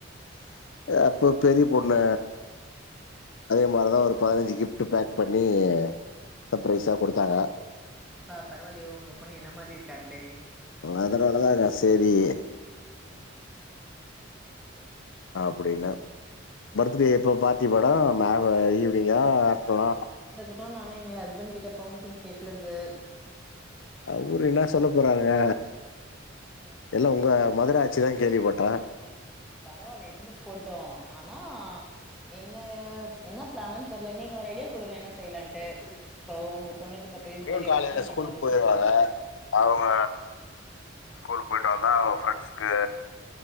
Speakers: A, on the left; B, in the centre.
A: <inaudible> அப்போ பெரிய பொண்ணு அதே மாரிதான் ஒரு பதினைஞ்சு கிஃப்ட் பேக் பண்ணி சர்பரைஸா கொடுத்தாங்க
B: பா பரவாலையோ உங்க பொண்ணு என்ன மாரி இருக்காங்களே
A: அதனால தாங்க சரி
B: உம் செரி செரி
A: அப்படின்னு பர்த்டே இப்ப பார்ட்டி மேடம் ஈவினிங்கா ஆஃப்டர்நூனா
B: இப்ப நானு எங்க ஹஸ்பண்ட் கிட்ட பெர்மிஷன் கேக்கல சார்
A: அவரு என்ன சொல்ல போறாருங்க
B: ம்
A: எல்லாம் உங்க மதுரா சிதான் கேள்விப்பட்டோ
B: பரவாயில்ல இருந்துட்டு போட்டு ஆனா என்ன என்ன பிளானன்னு தெரியல நீங்க ஒரு ஐடியா கொடுங்க என்ன செய்யலான்ட்டு இப்போ உங்க பொண்ணுக்கு பத்து
A: எப்டியூ
B: வயசு பர்த்டே
A: காலைல
B: வந்தா நீங்க
A: ஸ்கூல்
B: என்ன யோசிப்பீங்க
A: போயிருவாங்க
B: ஆமாங்க
A: அவங்க
B: சார்
A: ஸ்கூல் போயிட்டுவாங்க அவுங்க ப்பிரன்ஸ் கு